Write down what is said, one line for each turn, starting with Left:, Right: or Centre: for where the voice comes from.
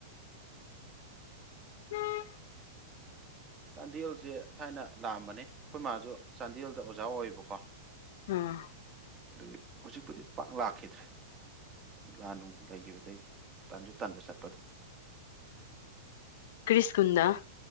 Left: ꯎꯝ
Right: ꯆꯥꯟꯗꯦꯜꯁꯦ ꯊꯥꯏꯅ ꯂꯥꯛꯑꯝꯕꯅꯦ ꯑꯩꯈꯣꯏ ꯃꯥꯁꯨ ꯆꯥꯟꯗꯦꯜꯗ ꯑꯣꯖꯥ ꯑꯣꯏꯌꯦꯕꯀꯣ
Left: ꯑꯥ
Right: ꯑꯗꯨꯒꯤ ꯍꯧꯖꯤꯛꯄꯨꯗꯤ ꯄꯥꯛ ꯂꯥꯛꯈꯤꯗ꯭ꯔꯦ ꯂꯥꯟ ꯅꯨꯡ ꯂꯩꯈꯤꯕꯗꯩ ꯇꯟꯁꯨ ꯇꯟꯕ ꯆꯠꯄꯗꯣ
Left: ꯀ꯭ꯔꯤꯁꯀꯨꯟꯅꯦ